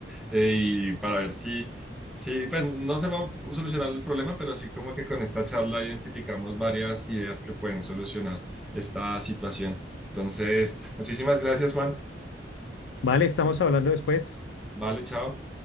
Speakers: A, in the centre; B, on the left (about 80°).
A: eh, y para ver si, si pues no se va a solucionar el problema, pero sí como que con esta charla identificamos varias ideas que pueden solucionar esta situación. Entonces, muchísimas gracias, Juan.
B: Vale, estamos hablando después.
A: Vale, chao.